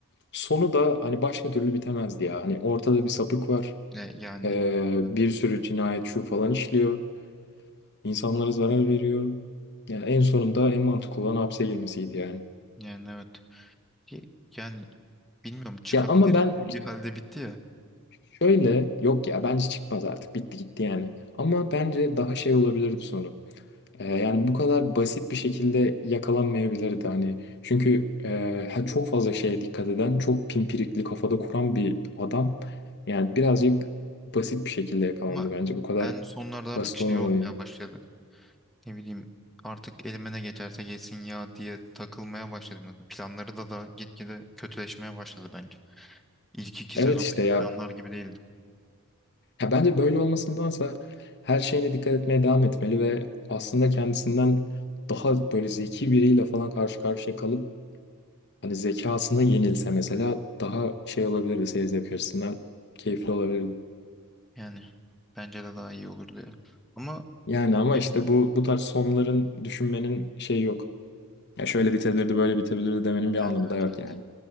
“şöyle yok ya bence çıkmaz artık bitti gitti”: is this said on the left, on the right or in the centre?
Left